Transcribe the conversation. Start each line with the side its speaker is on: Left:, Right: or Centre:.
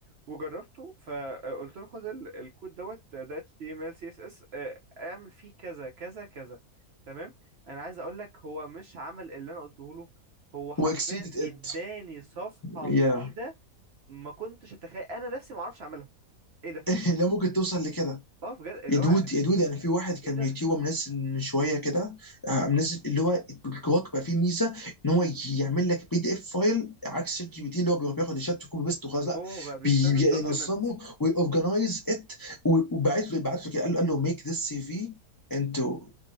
Right: وجربته فقلت له خد ال- الكود دوت ده HTML CSS آه، اعمل فيه كذا كذا كذا تمام انا عايز اقول لك هو مش عمل اللي انا قلته له هو حرفيا
Left: واكسيدد ات
Right: اداني صفحة
Left: يا
Right: جديدة ما كنتش اتخيل انا نفسي ما اعرفش اعملها ايه ده
Left: <laughs> لو ممكن توصل لكده
Right: اه بجد اللي
Left: يا دود
Right: هو
Left: يا دود يعني في واحد كان
Right: ايه ده
Left: يوتيوبر منزل من شويه كده آه، منزل اللي هو الكواك بقى فيه ميزه ان هو يعمل لك بي دي اف فايل عكس شات جي بي تي اللي هو بيروح بياخد الشات وكوبي بيست وخلاص
Right: اوه
Left: لا
Right: بقى بيستخدم
Left: بي- بينظمه
Right: دوكيومنت
Left: ويورجنايز ات وبعت له بعت له كده قال له قال له ميك ذس سي في انتو